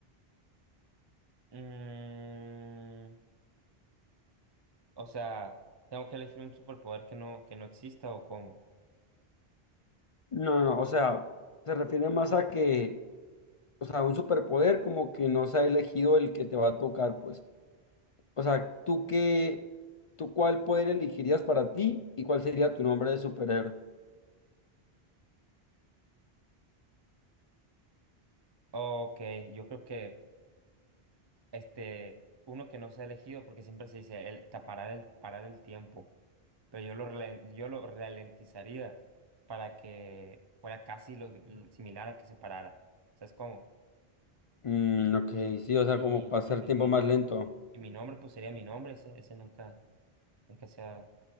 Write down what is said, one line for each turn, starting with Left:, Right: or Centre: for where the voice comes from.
Right: Mm, o sea, ¿tengo que elegir un superpoder que no, que no exista o cómo?
Left: No, no, o sea, se refiere más a que o sea, un superpoder como que no se ha elegido el que te va a tocar, pues. O sea, ¿tú qué, tú cuál poder elegirías para ti y cuál sería tu nombre de superhéroe?
Right: Ok, yo creo que este, uno que no se ha elegido porque siempre se dice el, ta- parar el, parar el tiempo, pero yo lo, ralen- yo lo ralentizaría para que fuera casi lo similar a que se parara. ¿Sabes cómo?
Left: Mm, ok, sí, o sea,
Right: Y,
Left: como pasar
Right: y, y
Left: tiempo
Right: mi
Left: más
Right: nombre,
Left: lento.
Right: y mi nombre pues sería mi nombre, ese, ese nunca, nunca se ha,